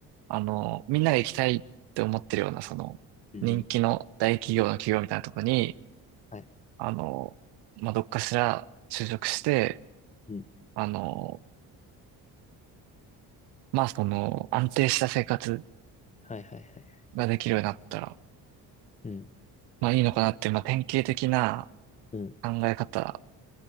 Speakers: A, on the right; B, on the left.
A: あの、みんなが行きたいって思ってるような、その、
B: うんうん。
A: 人気の大企業の企業みたいなところに、
B: はい。
A: あの、まあ、どっかしら就職して、
B: うん。
A: あの、まあその安定した生活
B: はいはいはい。
A: ができるようになったら、
B: うん。
A: まあいいのかなっていう、まあ典型的な
B: うん。
A: 考え方、